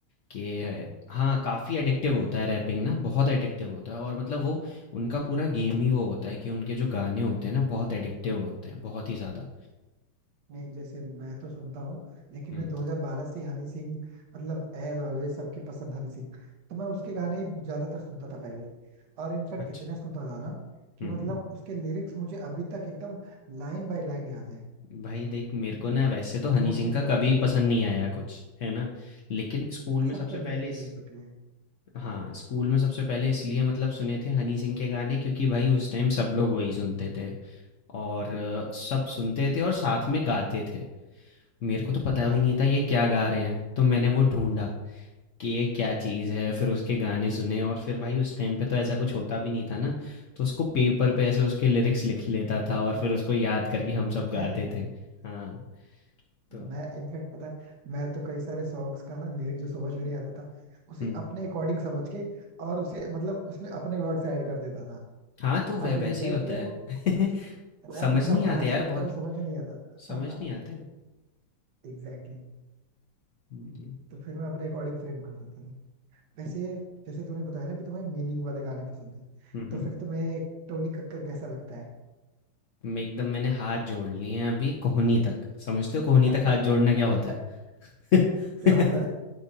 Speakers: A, on the left; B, on the right.
A: कि है- हाँ काफ़ी एडिक्टिव होता है रैपिंग ना बहुत एडिक्टिव होता है और मतलब वो उनका पूरा गेम ही वो होता है कि उनके जो गाने होते हैं ना बहुत एडिक्टिव होते हैं बहुत ही ज़्यादा
B: नहीं जैसे मैं तो सुनता हूँ लेकिन
A: हम्म
B: मैं 2012 से हनी सिंह मतलब एज ऑलवेज सबकी पसंद हनी सिंह तो मैं उसके गाने ही ज्यादातर सुनता था पहले और इनफैक्ट
A: अच्छा
B: इतना सुनता था ना कि
A: हम्म
B: मतलब
A: हम्म
B: उसके लिरिक्स मुझे अभी तक एकदम लाइन बाय लाइन याद है
A: भाई देख मेरे को ना वैसे तो हनी
B: मोस्टली
A: सिंह का
B: सॉन्ग्स
A: कभी
B: के
A: पसंद नहीं आया कुछ है ना लेकिन स्कूल में
B: सबकी
A: सबसे
B: अपनी
A: पहले
B: प्रेफरेंस
A: इस
B: होती है
A: हाँ स्कूल में सबसे पहले इसलिए मतलब सुने थे हनी सिंह के गाने क्योंकि भाई उस टाइम सब लोग वही सुनते थे और अ, सब सुनते थे और साथ में गाते थे मेरे को तो पता
B: हाँ
A: भी नहीं
B: ये
A: था
B: चीज
A: ये क्या
B: भी है
A: गा रहे हैं तो मैंने वो ढूंढा कि ये क्या चीज़ है फिर उसके गाने सुने और फिर भाई उस टाइम पे तो ऐसा कुछ होता भी नहीं था ना तो उसको पेपर पे ऐसे उसके लिरिक्स लिख लेता था और फिर उसको याद करके हम सब गाते
B: है
A: थे हाँ तो
B: मैं इनफैक्ट पता है मैं तो कई सारे सॉन्ग्स का ना लिरिक जो समझ में नहीं आता था उसे
A: हम्म।
B: अपने अकॉर्डिंग समझ के और उसे मतलब उसमें अपने वर्ड्स ऐड कर देता था
A: हाँ, तो वै
B: अब एग्जैक्टली
A: वैसे ही होता
B: exactly यार वो
A: है।
B: कुछ कुछ
A: <laughs>
B: रैप
A: समझ
B: इतना
A: नहीं
B: फास्ट
A: आते यार
B: करता
A: बहुत
B: है वो समझ में नहीं आता
A: समझ
B: था
A: नहीं
B: <laughs>
A: आते।
B: Exactly exactly.
A: हुँ,
B: तो फिर मैं अपने अकॉर्डिंग फ्रेम कर देता था वैसे जैसे तूने बताया ना कि तुम्हें मीनिंग वाले गाने पसंद है
A: हुँ,
B: तो
A: हुँ।
B: फिर तुम्हें टोनी कक्कर कैसा लगता है
A: मैं एकदम मैंने हाथ जोड़ लिए हैं अभी कोहनी तक। समझते हो कोहनी
B: <laughs>
A: तक हाथ जोड़ना क्या होता है? <laughs>
B: क्या होता है